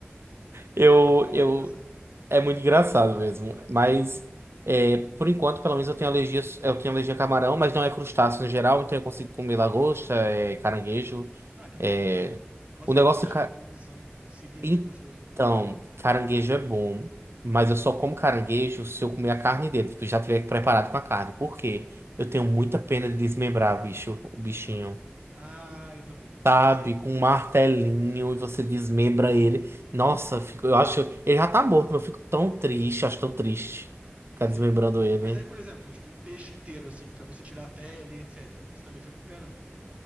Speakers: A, on the right; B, on the right.
A: Eu,
B: É muito, cara,
A: eu,
B: é muito engraçado.
A: é muito engraçado mesmo. Mas, é, por enquanto, pelo menos eu tenho alergia, eu tenho alergia a camarão, mas não é crustáceo no geral, então eu consigo comer lagosta, é, caranguejo.
B: Ah, que bom,
A: É...
B: pelo menos. Nossa,
A: O negócio.
B: caranguejo é bonzão. Seria muito
A: Então,
B: gostoso.
A: caranguejo é bom, mas eu só como caranguejo se eu comer a carne dele, tipo, já tiver preparado com a carne. Por quê? Eu tenho muita pena de desmembrar, bicho, o bichinho.
B: Ah, eu também.
A: Sabe,
B: Sim,
A: com um martelinho e você desmembra ele. Nossa, eu fico, eu acho, ele já tá morto, mas eu fico tão triste, acho tão triste ficar
B: sim.
A: desmembrando ele.
B: Mas aí, por exemplo, tipo, o peixe inteiro, assim, pra você tirar a pele, etc. Você também fica com pena?